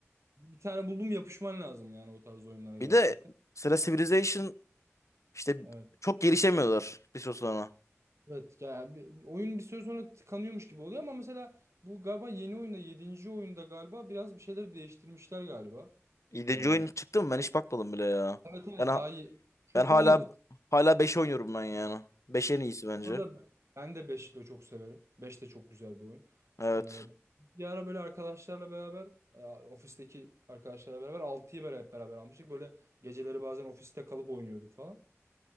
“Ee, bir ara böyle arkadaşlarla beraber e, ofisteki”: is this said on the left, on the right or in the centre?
Right